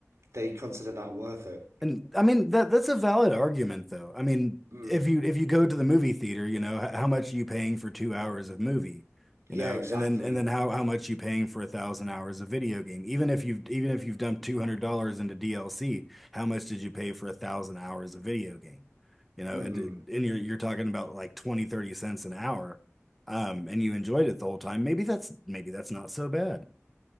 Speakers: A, on the right; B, in the centre.
A: They consider that worth it.
B: And I mean that that's a valid argument though. I mean,
A: Mm.
B: if you if you go to the movie theater, you know, h- how much are you paying for two hours of movie?
A: Yeah,
B: You know,
A: exactly.
B: and then and then how how much you paying for a thousand hours of video game? Even if you've even if you've dumped two hundred dollars into DLC, how much did you pay for a thousand hours of video game? You know,
A: Mm.
B: and, and you're you're talking about like 20, 30 cents an hour, um, and you enjoyed it the whole time. Maybe that's maybe that's not so bad.